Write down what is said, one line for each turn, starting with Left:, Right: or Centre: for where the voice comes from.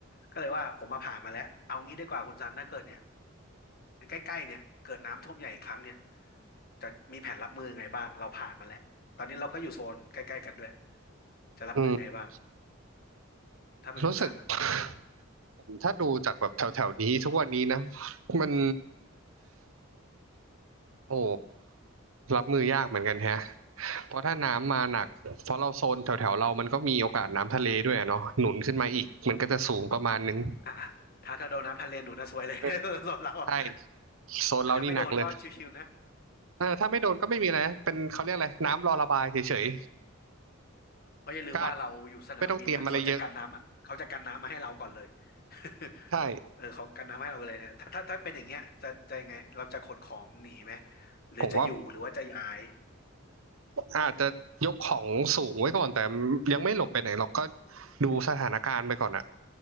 Left: ก็เลยว่าผมมาผ่านมาแล้วเอางี้ดีกว่าคุณซันถ้าเกิดเนี่ยใกล้ๆเนี่ยเกิดน้ำท่วมใหญ่อีกครั้งเนี่ยจะมีแผนรับมือไงบ้างเราผ่านมาแล้วตอนนี้เราก็อยู่โซนใกล้ๆกันด้วยจะรับมือไงบ้าง
Right: อืม
Left: ถ้าเป็นคุณซัน
Right: รู้สึก <sighs> ผมถ้าดูจากแบบแถวแถวนี้ทุกวันนี้นะมันโอ้รับมือยากเหมือนกันแฮะเพราะถ้าน้ำมาหนักเพราะเราโซนแถวแถวเรามันก็มีโอกาสน้ำทะเลด้วยอะเนาะหนุนขึ้นมาอีกมันก็จะสูงประมาณนึง
Left: อ่ะอ่ะถ้าถ้าโดนน้ำทะเลนหนูนะซวยเลย
Right: เออ
Left: <laughs> ส่วนเราอะ
Right: ใช่โซนเรานี่หนักเลย
Left: แต่ถ้าไม่โดนก็ชิวๆนะ
Right: เออถ้าไม่โดนก็ไม่มีอะไรนะเป็นเขาเรียกอะไรน้ำรอระบายเฉย
Left: เพราะอย่าลืมว่าเราอยู่สนามบินอ่ะเขาจะกันน้ำเขาจะกันน้ำมาให้เราก่อนเลย
Right: ๆก็อาจไม่ต้องเตรียมอะไรเยอะ
Left: <laughs>
Right: ใช่
Left: เออเขากันน้ำให้เราเลยเนี่ยถ้าถ้าถ้าเป็นอย่างเงี้ยจะจะยังไงเราจะขนของหนีไหมหรือจะอยู่หรือว่าจะย้าย
Right: ผมว่า อาจจะยกของสูงไว้ก่อนแต่ยังไม่หลบไปไหนหรอกก็ดูสถานการณ์ไปก่อนอะ